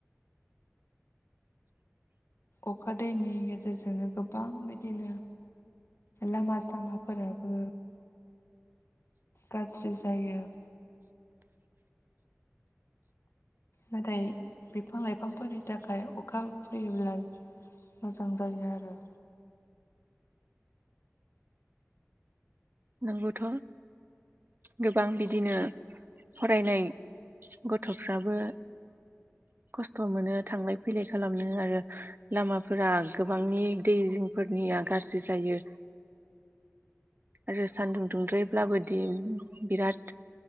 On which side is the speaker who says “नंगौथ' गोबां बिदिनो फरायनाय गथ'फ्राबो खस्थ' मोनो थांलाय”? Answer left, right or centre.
Right